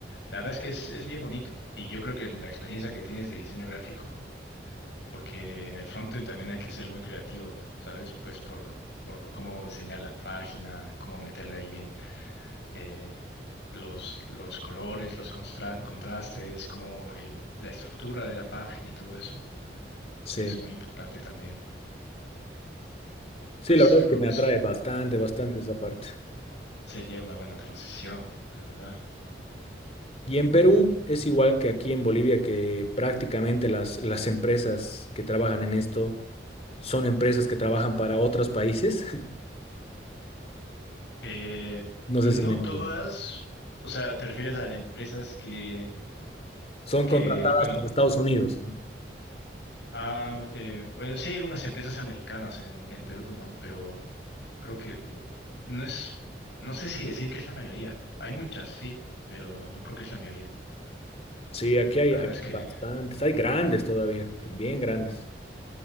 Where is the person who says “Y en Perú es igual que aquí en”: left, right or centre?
Left